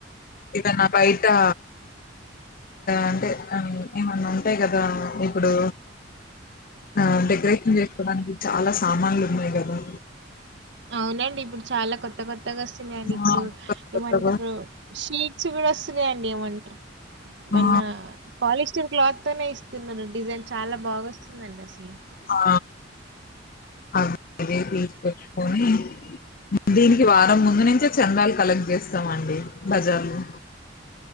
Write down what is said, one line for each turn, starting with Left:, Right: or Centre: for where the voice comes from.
Left: ఏదన్నా బయటె అంటే ఏమన్నా ఉంటాయి కదా ఇప్పుడు ఆ డెకరేషన్ చేసుకోడానికి చాలా సామాన్లు ఉన్నాయి కదా
Right: అవునండి ఇప్పుడు చాలా కొత్త కొత్త కొత్తగా వస్తున్నాయండి
Left: ఆ!
Right: ఇప్పుడు
Left: కొత్త కొత్తగా
Right: ఏమంటారు షీట్స్ కూడా వస్తున్నాయండి ఏమంటారు మన్న
Left: ఆ!
Right: పాలిస్టర్ క్లాత్ అనే ఇస్తండి డిజైన్ చాలా బాగా వస్తుందండి అసలు
Left: ఆ అ అదే తీసుకెట్టుకని దీనికి వారం ముందు నుంచే చెందలు కలెక్ట్ చేస్తమ అండి బజార్ లో